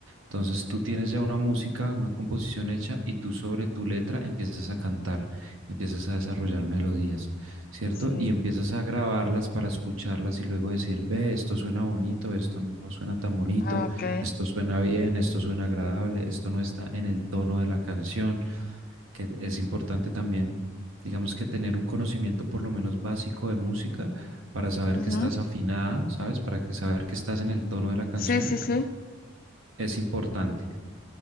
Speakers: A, on the right; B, on the left.
A: Entonces tú tienes ya una música, una composición hecha y tú sobre tu letra empiezas a cantar, empiezas a desarrollar melodías, ¿cierto?
B: Sí.
A: Y empiezas a grabarlas para escucharlas y luego decir, ve, esto suena bonito, esto no suena tan bonito,
B: Ah, ok.
A: esto suena bien, esto suena agradable, esto no está en el tono de la canción que es importante también, digamos que tener un conocimiento por lo menos básico de música para saber
B: Ujú.
A: que estás afinada, ¿sabes? Para que saber que estás en el tono de la canción
B: Sí, sí, sí.
A: es importante.